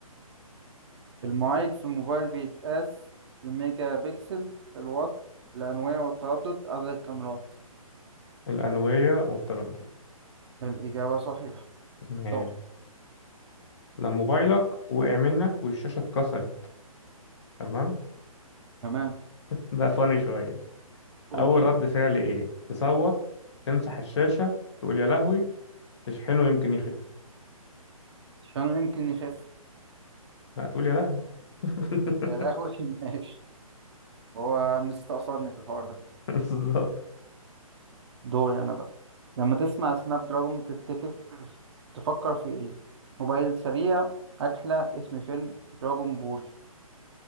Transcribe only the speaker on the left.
الأنوية والتردد
ماشي
لو موبايلك وقع منك والشاشة اتكسرت تمام
ده فاني شوية
أول
رد فعل إيه تصوت تمسح الشاشة تقول يا لهوي تشحنه يمكن يخف
لا تقول يا لهوي <laughs>
بالظبط